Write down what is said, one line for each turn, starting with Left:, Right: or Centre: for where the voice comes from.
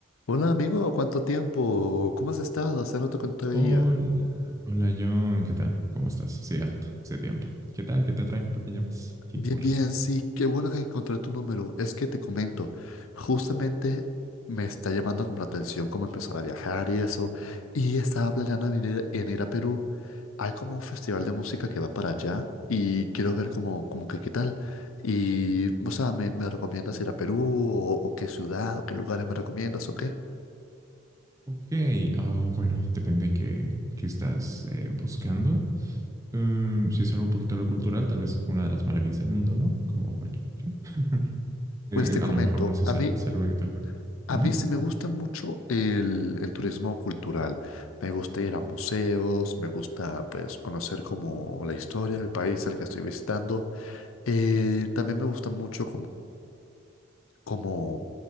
Left: Hola amigo, ¿cuánto tiempo? ¿Cómo has estado? Hace rato que no te veía.
Right: Hola, hola John, ¿qué tal? ¿Cómo estás? Cierto, hace tiempo. ¿Qué tal? ¿Qué te trae? ¿Por qué llamas? ¿Qué
Left: Bien,
Right: ocurre?
Left: bien, sí, qué bueno que encontré tu número. Es que te comento, justamente me está llamando como la atención cómo empezar a viajar y eso. Y estaba planeando en ir, en ir a Perú. Hay como un festival de música que va para allá y quiero ver como, como que qué tal. Y, o sea, ¿me, me recomiendas ir a Perú o, o qué ciudad o qué lugares me recomiendas o qué?
Right: Ok, ah, bueno, depende qué, qué estás eh, buscando. Mm, si es algo un poquito a lo cultural, tal vez una de las maravillas del mundo, ¿no? Como Machu Picchu. <laughs> Eh,
Left: Pues te
Right: a
Left: comento,
Right: lo mejor no sé
Left: a
Right: si
Left: mí
Right: sea, sea algo que te ocurre.
Left: A
Right: Ujú,
Left: mí sí me gusta mucho el, el turismo cultural. Me gusta ir a museos, me gusta pues conocer como la historia del país al que estoy visitando. Eh, también me gusta mucho como